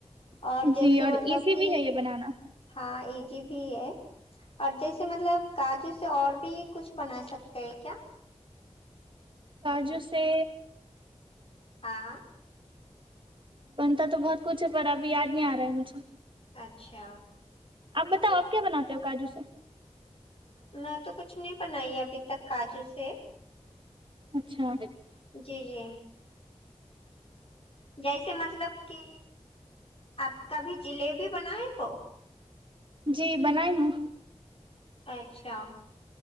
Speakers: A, on the left (about 50°); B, on the right (about 45°).
A: اور
B: جی
A: جیسے
B: اور
A: مطلب
B: ایزی
A: کہ
B: بھی ہے یہ بنانا
A: ہاں ای جی بھی ہے اور جیسے مطلب کاجو سے اور بھی کچھ بنا سکتے ہیں کیا
B: کاجو سے
A: آں
B: بنتا تو بہت کچھ ہے پر ابھی یاد نہیں آ رہا ہے مجھے
A: اچھا
B: آپ بتاؤ آپ کیا بناتے ہو کاجو سے
A: میں تو کچھ نہیں بنائی ابھی تک کاجو سے
B: اچھا
A: جی جی جیسے مطلب کہ آپ کبھی جلیبی بنائے ہو
B: جی بنائی ہوں
A: اچھا